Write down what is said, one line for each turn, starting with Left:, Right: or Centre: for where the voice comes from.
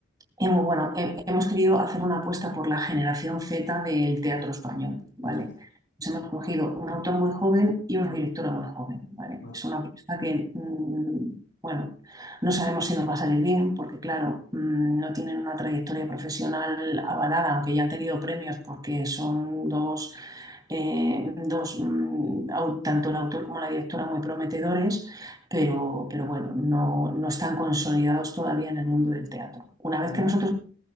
Right: hemos, bueno, he- hemos querido hacer una apuesta por la generación Z del teatro español, ¿vale?
Left: entiendo.
Right: Nos hemos cogido un autor muy joven y una directora muy joven, ¿vale?
Left: Vale.
Right: Es una apuesta que, mm, bueno, no sabemos si nos va a salir bien, porque claro, mm, no tienen una trayectoria profesional avalada, aunque ya han tenido premios porque son dos, eh, dos, mm, au- tanto el autor como la directora muy prometedores pero, pero bueno, no, no están consolidados todavía en el mundo del teatro. Una
Left: Carolina,
Right: vez que nosotros,